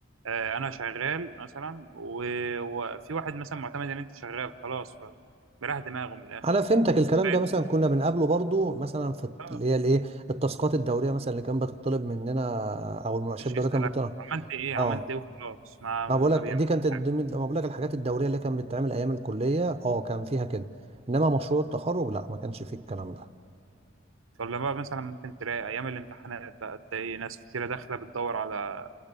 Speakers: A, on the right; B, on the right.
A: آه، انا شغال مثلا و- وفي واحد مثلا معتمد ان انت شغال خلاص فمريح دماغه من الاخر
B: انا فهمتك
A: كل
B: الكلام
A: واحد،
B: ده مثلا كنا بنقابله برضو مثلا في
A: اه
B: اللي هي الايه التاسكات الدورية مثلا اللي كانت بتطلب مننا او المناقشات
A: يخش
B: الدورية
A: يسالك
B: كانت بتطلب
A: عملت ايه
B: اه
A: عملت ايه وخلاص ما
B: ما
A: ما
B: بقولك
A: بيعملش
B: دي كانت ضمن
A: حاجه
B: ما بقولك الحاجات الدورية اللي كانت بتتعمل أيام الكلية اه كان فيها كده إنما مشروع التخرج لا ما كانش فيه الكلام ده
A: ولا بقى مثلا ممكن تلاقي ايام الامتحانات بقى تلاقي ناس كتيره داخله بتدور على